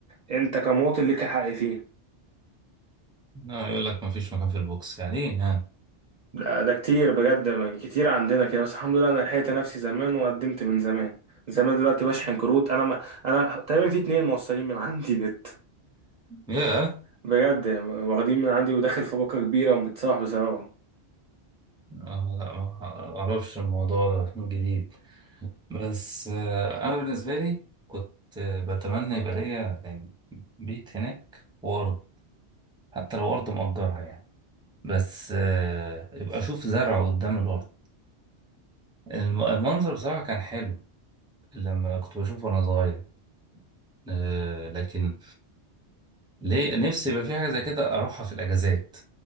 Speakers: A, on the right; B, in the centre.
A: انت كمواطن ليك الحق فيه
B: لا، يقول لك ما فيش مكان في البوكس يعني ايه يعني
A: ده, ده كتير بجد كتير عندنا كده بس الحمد لله انا لحقت نفسي زمان وقدمت من زمان من زمان دلوقتي بشحن كروت انا ما انا تقريبا في اتنين موصلين من عندي <laughs> نت
B: ياه
A: بجد يعني واخدين من عندي وداخل في باقة كبيرة ومتصاح بسببهم
B: آه لا ما اعرفش الموضوع ده من جديد بس آه انا بالنسبة لي كنت آه، بتمنى يبقى ليا يعني بيت هناك وارض حتى لو ارض مأجرها يعني بس آه يبقى اشوف زرع قدام الارض الم- المنظر بصراحة كان حلو لما كنت بشوفه وأنا صغير آه لكن ليه نفسي يبقى في حاجة زي كده أروحها في الأجازات